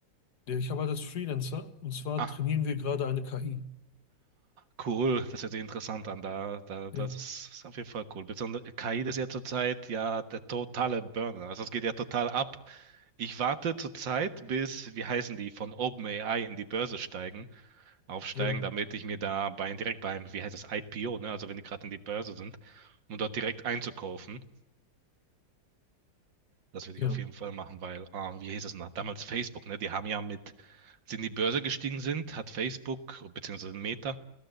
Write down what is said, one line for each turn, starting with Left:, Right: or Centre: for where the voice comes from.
Left: Ja, ich arbeite als Freelancer und zwar
Right: Ah,
Left: trainieren wir gerade eine KI.
Right: cool, das hört sich interessant an. Da, da,
Left: Ja,
Right: das ist auf jeden Fall cool. Besonders KI ist ja zurzeit ja der totale Burner. Also es geht ja total ab. Ich warte zurzeit, bis, wie heißen die, von OpenAI in die Börse steigen, aufsteigen,
Left: ja,
Right: damit ich mir da bei, direkt beim, wie heißt das, IPO, ne? Also wenn die gerade in die Börse sind, um dort direkt einzukaufen. Das würde
Left: ja,
Right: ich auf jeden Fall machen, weil, ah, wie hieß es noch? Damals Facebook, ne? Die haben ja mit, als sie in die Börse gestiegen sind, hat Facebook, beziehungsweise Meta,